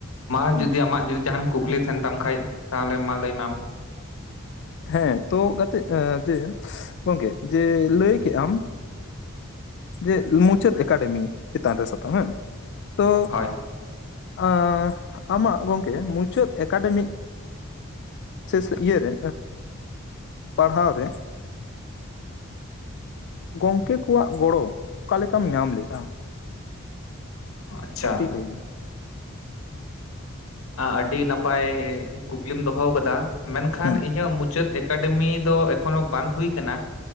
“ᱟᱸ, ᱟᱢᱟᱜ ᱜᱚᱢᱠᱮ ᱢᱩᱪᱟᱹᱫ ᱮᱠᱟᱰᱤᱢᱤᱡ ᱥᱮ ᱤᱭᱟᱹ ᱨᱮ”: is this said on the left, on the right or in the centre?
Left